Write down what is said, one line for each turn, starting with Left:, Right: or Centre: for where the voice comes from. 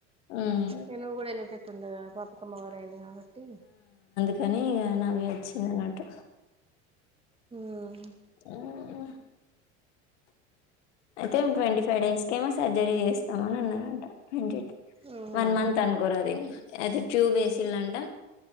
Left: ఉమ్
Right: ఇగ నువు గూడ ఎల్లేటట్టుండదు ఆ బాపకమ్మ ఓవరాయింది కావట్టి. ట్టీ
Left: అనీ ఇగ నవ్య వచ్చింది అనట్టు
Right: మ్
Left: ఆహ అయితే ట్వంటీ ఫైవ్ డేస్ కే ఏమో సర్జరీ చేస్తా అని అన్నారంట ట్వంటీ
Right: అవునా
Left: వన్ మంత్ అనుకోరాదే ఇంగ అయితే ట్యూబ్ వేసిలంట.